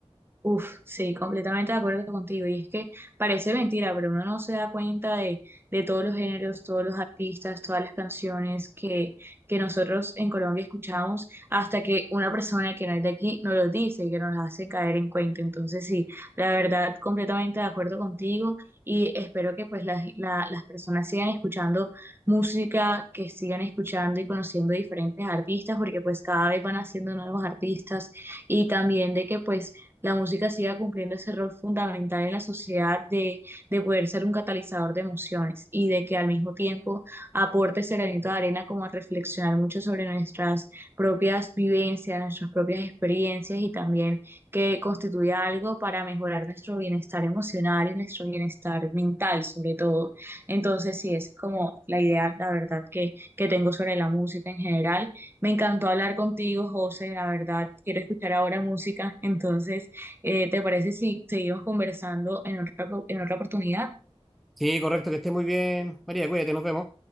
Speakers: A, on the right (about 20°); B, in the centre.
A: Uf, sí, completamente de acuerdo contigo. Y es que parece mentira, pero uno no se da cuenta de, de todos los géneros, todos los artistas, todas las canciones que, que nosotros en Colombia escuchamos, hasta que una persona que no es de aquí nos los dice y que nos hace caer en cuenta. Entonces, sí, la verdad, completamente de acuerdo contigo. Y espero que pues las, la- las personas sigan escuchando música, que sigan escuchando y conociendo diferentes artistas, porque pues cada vez van haciendo nuevos artistas y también de que pues la música siga cumpliendo ese rol fundamental en la sociedad de, de poder ser un catalizador de emociones y de que al mismo tiempo aporte ese granito de arena como a reflexionar mucho sobre nuestras propias vivencias, nuestras propias experiencias y también que constituya algo para mejorar nuestro bienestar emocional y nuestro bienestar mental sobre todo. Entonces, sí, esa es como la idea, la verdad, que, que tengo sobre la música en general. Me encantó hablar contigo, José, la verdad, quiero escuchar ahora música, entonces... Eh, ¿te parece si seguimos conversando en otra, en otra oportunidad?
B: Sí, correcto, que estés muy bien. María, cuídate, nos vemos.